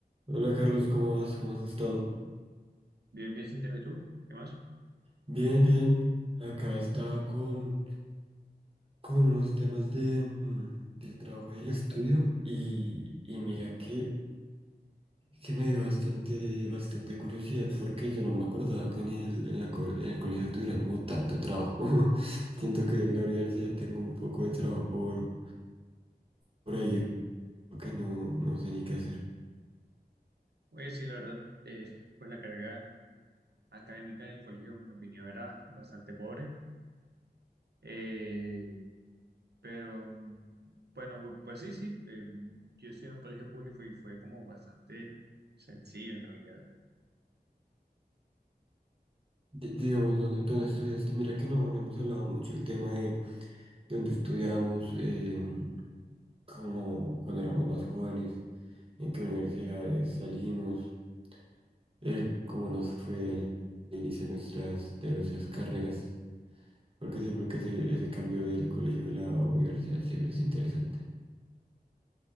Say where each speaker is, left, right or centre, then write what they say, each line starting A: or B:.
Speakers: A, on the right (about 35°); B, on the right (about 80°).
A: Hola Carlos, ¿cómo vas? ¿Cómo has estado?
B: Bien, bien, Santiago, ¿y tú? ¿Qué más?
A: Bien, bien. Acá estaba con, con los temas de, mm, del trabajo y el estudio y, y mira que, que me dio bastante, bastante curiosidad porque yo no me acordaba que en el, en la co- en el colegio tuviera como tanto trabajo. <laughs> Siento que en la universidad tengo un poco de trabajo por, por ahí que no, no sé ni qué hacer.
B: Oye, sí, la verdad, eh, pues la carga académica en el colegio, en mi opinión, era bastante pobre. Eh, pero, mm, bueno, pues sí, sí, eh, yo estudié en un colegio público y fue como bastante sencillo en realidad.
A: Di- Digamos, ¿dónde, dónde estudiaste? Mira que no, no hemos hablado mucho el tema de dónde estudiamos. em, como cuando éramos más jóvenes, en qué universidades salimos, el cómo nos fue al inicio de nuestras, de nuestras carreras, porque siempre que ese, ese cambio del colegio a la universidad siempre es interesante.